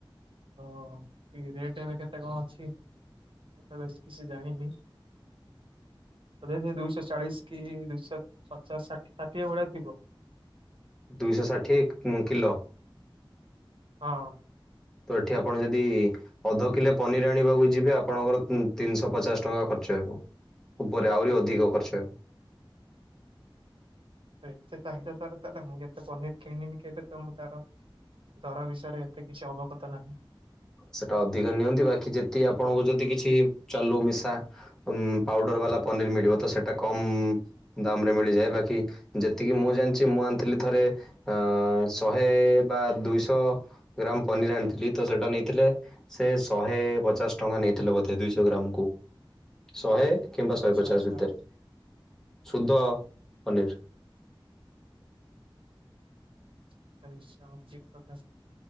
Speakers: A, on the right; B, in the centre.
A: ହଁ -କି ରେଟ୍ ଏବେ କେତେ କଣ ଅଛି? ମୁଁ ତ ବେଶ୍ କିଛି ଜାଣିନି। ଏବେ ସେ ଦୁଇଶ ଚାଳିଶ୍ କି ଦୁଇଶ ପଚାଶ୍ ଷାଠିଏ- ଷାଠିଏ ଭଳିଆ ଥିବ।
B: ଦୁଇଶ ଷାଠିଏ ଉଁ- କିିଲୋ?
A: ହଁ।
B: ତ ଏଠି ଆପଣ ଯଦି ଅଧ କିଲେ ପନିର୍ ଆଣିବାକୁ ଯିବେ ଆପଣଙ୍କର ଉଁ -ତିନିଶ ପଚାଶ ଟଙ୍କା ଖର୍ଚ୍ଚ ହବ। ଉପରେ ଆହୁରି ଅଧିକ ଖର୍ଚ୍ଚ ହେବ।
A: ଏତେ ଚାହିଦା ତାର ତାହେଲେ ମୁଁ ଏତେ ପନିର୍ କିଣିନି କେବେ ତ ମୁଁ ତାର ଦର ବିଷୟରେ ଏତେ କିଛି ଅବଗତା ନାହିଁ।
B: ସେଟା ଅଧିକ ନିଅନ୍ତି ବାକି ଯେତିକି ଆପଣଙ୍କୁ ଯଦି କିଛି ଚାଲୁ ମିଶା ଉଁ- ପାଉଡର୍ ବାଲା ପନିର୍ ମିଳିବ ତ ସେଟା କମ୍ ଦାମ୍ ରେ ମିଳିଯାଏ ବାକି ଯେତିକି ମୁଁ ଜାଣିଚି ମୁଁ ଆଣିଥିଲି ଥରେ ଅ- ଶହେ ବା ଦୁଇଶ ଗ୍ରାମ୍ ପନିର୍ ଆଣିଥିଲି ତ ସେଟା ନେଇଥିଲେ ସେ ଶହେ ପଚାଶ୍ ଟଙ୍କା ନେଇଥିଲେ ବୋଧେ ଦୁଇଶ ଗ୍ରାମ୍ କୁ। ଶହେ କିମ୍ବା ଶହେ
A: ଆଚ୍ଛା
B: ପଚାଶ
A: ଆଚ୍ଛା
B: ଭିତରେ ଶୁଦ୍ଧ ପନିର।
A: <unintelligible>